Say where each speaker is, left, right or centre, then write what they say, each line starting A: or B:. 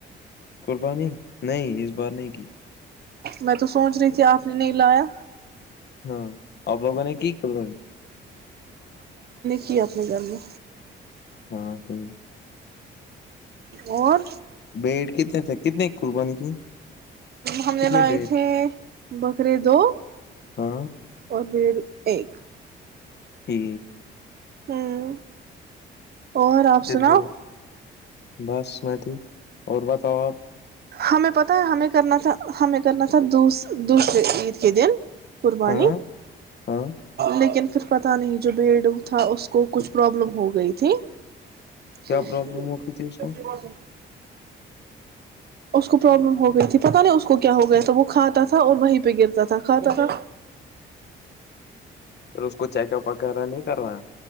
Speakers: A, on the left; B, on the right.
A: قربانی نہیں اس بار نہیں کی
B: میں تو سوچ رہی تھی آپ نے نہیں لایا
A: ہاں اپ لوگوں نے کی قربانی
B: کہ اپنے گھر میں
A: ہاں ٹھیک
B: اور
A: بیٹ کتنا تھا کتنے قربانی کی
B: ہم نے
A: کتنے
B: لائے
A: بیٹ
B: تھے بکرے دو
A: ہاں
B: اور بھیڑ ایک
A: جی
B: ہوں اور آپ
A: پھر
B: سناؤ
A: وہ بس میں تھی اور بتاؤ آپ
B: ہمیں پتا ہے ہمیں کرنا تھا ہمیں کرنا تھا دوس دوسرے عید کے دن قربانی
A: ہاں ہاں
B: لیکن پتہ نہیں جو بیڈ تھا اس کو کچھ پرابلم ہو گئی تھی
A: کیا
B: جیسے
A: پرابلم
B: اچھی
A: ہو گئی تھی اس کو
B: بات ہے اس کو پرابلم ہوگ گئی تھی پتہ نہیں اس کو کیا ہو گیا تو وہ کھاتا تھا اور وہیں پہ گرتا تھا کھاتا تھا
A: پھر اس کو چیک اپ وغیرہ نہیں کروایں